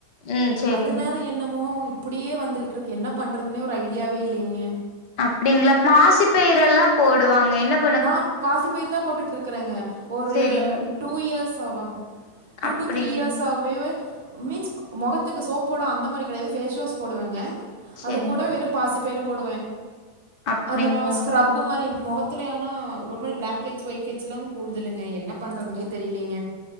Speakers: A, on the left; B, on the right.
A: ம் சேரிங்க
B: அதுனால என்னமோ இப்டியே வந்துகிட்ருக்கு என்ன பண்றதுனே ஒரு ஐடியாவே இல்லைங்க
A: அப்டிங்ளா பாசி பயரெல்லா போடுவாங்க என்னப்
B: நா பாசிப்பயரு தா போட்டுட்ருக்கறேங்க ஒரு
A: சேரிங்க
B: டூ இயர்ஸாவா டூ
A: அப்டிங்
B: டூ த்ரீ இயர்ஸாவ் வே வே மீன்ஸ் மொகத்துக்கு சோப்போட அந்த மாரி கெடையாது ஃபேஸ் வாஷ் போடுவேங்க
A: சேரிங்க
B: அது கூட வெறும் பாசி பயிரும் போடுவே
A: அப்டிங்களா
B: அந்த முகம் ஸ்கர்ப் மாரி இருக்கும் மொகத் துலே ஆனா ஒரு மாரி பிளாக் ஹெட் ஒயிட்ஹெ்ஸ் எல்லாம் போடுதுலங்க என்ன பண்றதுனே தெரியலீங்க